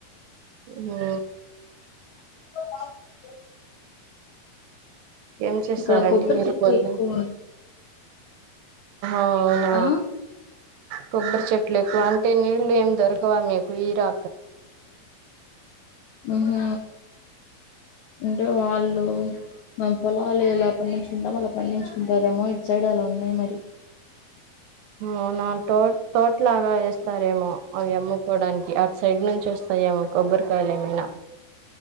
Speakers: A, on the right (about 80°); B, on the left (about 85°).
A: అవునా
B: <inaudible>
A: ఏం చేస్తారండి
B: ఇక్కడ కొబ్బరి
A: మీరు
B: చెట్లు
A: పొద్దు
B: ఎక్కువ ఉం
A: అవునా
B: ఆ
A: కొబ్బరి చెట్లు ఎక్కువ అంటే నీళ్లు ఏం దొరక క మీకు ఇరా
B: మ్మ్ హు అంటే వాళ్ళు మా పొలాలు ఎలా పండించుకుంటాం అలా పండించుకుంటారేమో ఇట్ సైడ్ అలా ఉన్నాయి మరి
A: అవునా తో తోటలాగా వేస్తారేమో అవి అమ్ముకోడానికి అటు సైడ్ నుంచి వస్తాయేమో కొబ్బరికాయలు ఏమైనా